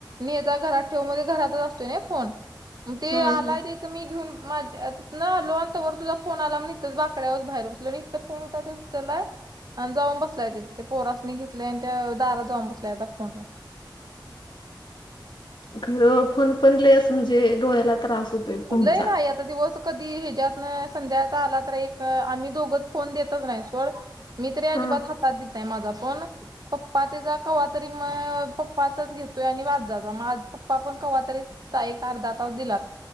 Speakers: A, on the right; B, on the left.
A: नेहता घरात ठेऊ मध्ये घरातच असतोय ना फोन. ते
B: हं
A: आलाय तेत मी घेऊन मा आ तिथनं आलो आणि तोवर तुझा फोन आला म इथेच बाकड्यावरच बाहेरुन तळणीत फोन होता ते उचलाय आणि जाऊन बसलाय ते ते पोरासनी घेतले आणि त्या दारात जाऊन बसल्याय दा फोनला.
B: खरं फोन पण लय असं म्हणजे डोळ्याला त्रास होतोय
A: <unintelligible>
B: फोनचा.
A: नाहीयत. चा दिवस कधी ह्याच्यातनं संध्याचा आला तर एक आम्ही दोघच फोन देतच नाही सोड. मी तरी अजिबात
B: हं
A: हातात देत नाय माझा फोन. पप्पा तेचा कवा तरी म पप्पाचाच घेतोय आणि वाज जातो पप्पा पण कवा तरी ताई कर दाता दिला